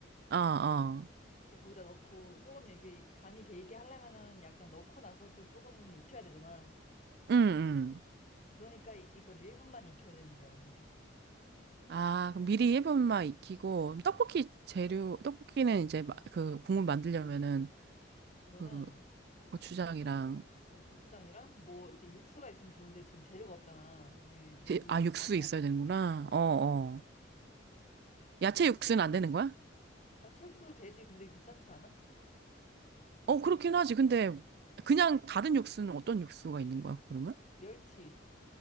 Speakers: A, on the right; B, on the left.
A: 어, 어.
B: 근데 거기다 넣고 조금 이게 간이 배이게 하려면은 약간 넣고 나서 또 조금 익혀야 되잖아.
A: 응, 응.
B: 그러니까 이- 이걸 1분만 익혀야 되는 거야, 미리.
A: 아, 그럼 미리 1분만 익히고, 떡볶이 재료, 떡볶이는 이제 마- 그 국물 만들려면은
B: 그거는
A: 그 고추장이랑,
B: 어, 고추장이랑 뭐 이렇게 육수가 있으면 좋은데 지금 재료가 없잖아. 우리 외국이니까.
A: 제- 아, 육수 있어야 되는구나. 어, 어. 야채
B: 그 육수,
A: 육수는 안 되는 거야?
B: 야채육수도 되지. 근데 귀찮지 않아?
A: 어, 그렇긴 하지. 근데 그냥 다른 육수는 어떤 육수가 있는 거야, 그러면?
B: 멸치.